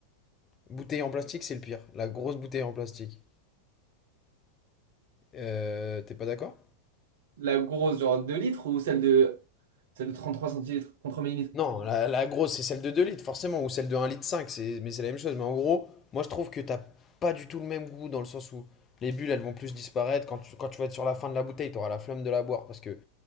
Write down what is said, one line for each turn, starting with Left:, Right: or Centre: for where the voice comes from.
Left: Bouteille en plastique, c'est le pire. La grosse bouteille en plastique. Euh, t'es pas d'accord?
Right: La grosse, genre 2 litres ou celle de, celle de 33 centilitres, contre millilitres?
Left: Non, la, la grosse, c'est celle de 2 litres, forcément, ou celle de un litre 5, c'est, mais c'est la même chose. Mais en gros, moi, je trouve que t'as pas du tout le même goût dans le sens où les bulles, elles vont plus disparaître. Quand tu, quand tu vas être sur la fin de la bouteille, t'auras la flemme de la boire parce que